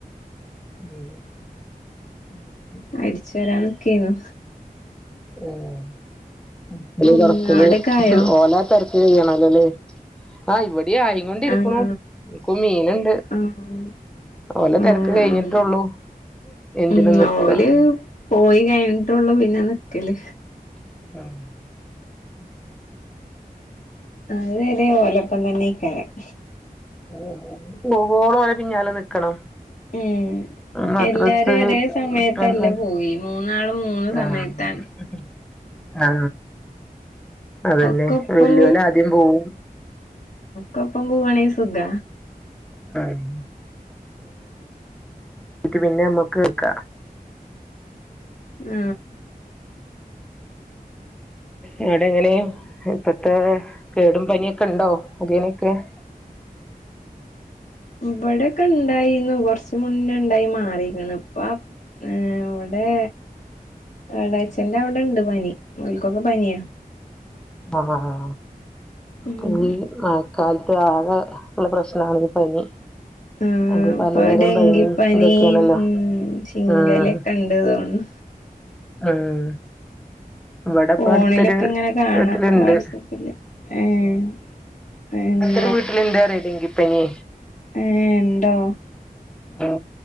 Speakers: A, in the centre; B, on the left.
A: <unintelligible>
B: അടിച്ചു വരാനിക്കെനു
A: ഉം അടച്ചൽ
B: ഉം
A: തോടക്കൽ
B: അവിടൊക്കെ ആയോ
A: ഓല തേര് ചെയ്യണല്ലോല്ലേ ആ ഇ ഇ ആയി കൊണ്ടിരിക്കുണു
B: ആഹ്
A: ഇക്കൊ മീൻണ്ട്
B: ആഹ്
A: ഓലെ തിരക്ക്
B: ആഹ്
A: കഴിഞ്ഞിട്ടുള്ളു
B: ആഹ്
A: എന്തിനുംനിക്ക
B: ഉം ഓല് പോയി കഴിഞ്ഞിട്ടുള്ളൂ പിന്നെ നിക്കല്
A: <unintelligible>
B: അദേരേ ഓലപ്പംന്നെക്കരാം
A: ഉ പോവോളം ഓലെപിന്നാലെ നിക്കണം
B: ഉം
A: മദ്രാസ്
B: എല്ലാരും ഒരേ സമയത്തല്ല
A: ഇട്ടന്ന
B: പോയി മൂന്നാളും മൂന്ന്
A: <unintelligible>
B: സമയത്താണ്
A: ആ അതന്നെ
B: ഒക്കെ ഒപ്പം
A: വല്ല്യോല് ആദ്യം പോവും
B: കപ്പം പൂവണി സുഗ്ഗ
A: ആ <unintelligible> പിന്നെ നമ്മക്ക് ക്ക
B: ആ
A: അവടെങ്ങനെ ഇപ്പത്തെ കേടും പനിയൊക്കെണ്ടോ <unintelligible> നൊക്കെ <unintelligible>
B: ഇവിടെക്കെ ഉണ്ടായിന്നു കുറച്ചമുന്നേ ണ്ടായി മാറീക്ക്ണ് ഇപ്പ- ഏ വടെ എളേച്ചന്റെ അവടെണ്ട് പനി മക്കൊക്ക പനിയാ
A: ആഹ്
B: ഉം
A: <unintelligible> കാലത്ത് ആകെ ഉള്ള പ്രശ്നണ പനി
B: ഉം
A: അത്
B: ഉം
A: പലതരം
B: ഇപ്പൊ ഡെങ്കിപ്പനി
A: പനി ഇതൊക്കെയാണല്ലോ
B: ഉ ചിങ്കലൊക്കെ
A: ഉം
B: ഉണ്ട്തോന്നു
A: ഉം വടപ്പട്ത്തൊരു
B: ഫോണിലൊക്കെ ഇങ്ങനെ കാണാ
A: വ്ട്ട്ല്ണ്ട്
B: വാട്സപ്പില് ഏഹ് ഏഹ്
A: ഒരു വീട്ടിലിന്താങ്കിപ്പനി
B: ഏ ഇണ്ടോ
A: ആ